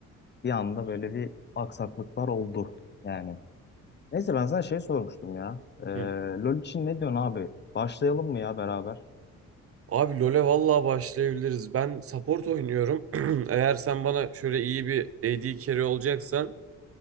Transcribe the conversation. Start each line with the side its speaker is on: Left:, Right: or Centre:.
Left: bir anda böyle bir aksaklıklar oldu yani. Neyse ben sana şey sormuştum ya. Ee,
Right: Hı.
Left: LoL için ne diyorsun abi? Başlayalım mı ya beraber?
Right: Abi LoL'e vallahi başlayabiliriz. Ben support oynuyorum. <clears throat> Eğer sen bana şöyle iyi bir A D carry olacaksan